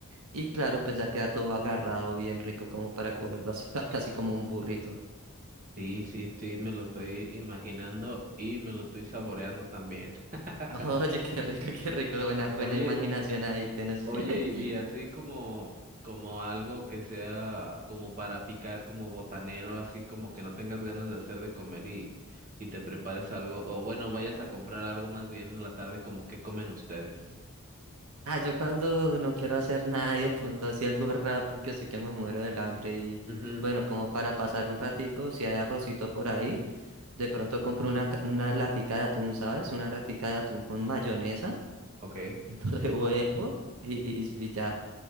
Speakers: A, on the right; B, on the right.
A: y claro, pues ya queda todo agarrado bien rico como para cogerlo así <laughs> casi como un burrito.
B: sí, sí, sí, me lo estoy imaginando y me lo estoy saboreando también. <laughs>
A: <laughs> Oye, qué rico, qué rico, buena buena
B: Oye,
A: imaginación ahí tienes.
B: Oye,
A: <laughs>
B: y, y así como, como algo que sea como para picar, como botanero, así como que no tengas ganas de hacer de comer y, y te prepares algo, o bueno, vayas a comprar algo más bien en la tarde, como qué comen ustedes.
A: Ah, yo cuando no quiero hacer nada y de pronto así algo rápido que sé que me muero del hambre y
B: Mhm.
A: bueno, como para pasar un ratico, si hay arrocito por ahí De pronto compro una, ca- una latica de atún, ¿sabes? Una latica de atún con mayonesa
B: Okay,
A: y lo <laughs> revuelvo y, y, y ya